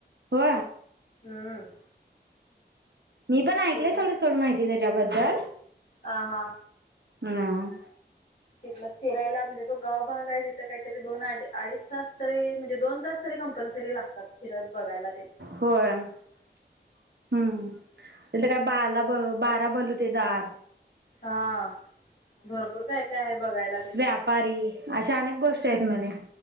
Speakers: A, on the right; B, on the left.
A: हो
B: हम्म
A: मी प ऐकय
B: तिथे
A: थोडं सोड माहिती त्याच्याबद्दल काय
B: ह हा
A: हम्म
B: तिथला फिरायला म्हणजे तो गाव भाग आहे तिथं काहीतरी दोन अडीच तास तरी म्हणजे दोन तास तरी कंपल्सरी लागतात फिरत बघायला तेन
A: होय हम्म तीथ काय बाळाला बारा बलू ते दार
B: हा. भरपूर काय काय आहे बघायला तिथं.
A: व्यापारी अशा अनेक गोष्टी आहेत म्हणे.